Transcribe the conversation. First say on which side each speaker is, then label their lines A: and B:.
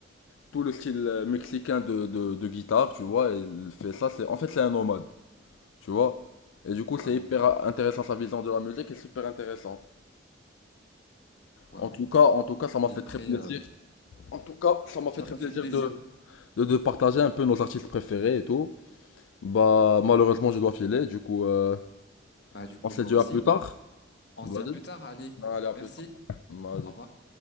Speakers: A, on the left; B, on the left.
A: tout le style euh, mexicain de, de, de guitare, tu vois. et Il fait ça, c'est, en fait, c'est un nomade, tu vois. Et du coup, c'est
B: Waouh,
A: hyper intéressant, sa vision de la musique est super intéressante.
B: waouh.
A: En tout cas, en tout cas, ça m'a
B: Il
A: fait
B: est
A: très
B: très,
A: plaisir.
B: euh,
A: En tout cas, ça m'a fait
B: Ça
A: très
B: m'a
A: plaisir
B: fait plaisir.
A: de, de, de partager un peu nos artistes préférés et tout. Bah, malheureusement, je dois filer, du coup, euh,
B: Bah, du coup,
A: on se
B: moi
A: dit
B: aussi.
A: à plus tard.
B: On
A: Vas-y.
B: se dit à plus tard, allez.
A: Allez, à
B: Merci,
A: plus tard. Vas-y.
B: au revoir.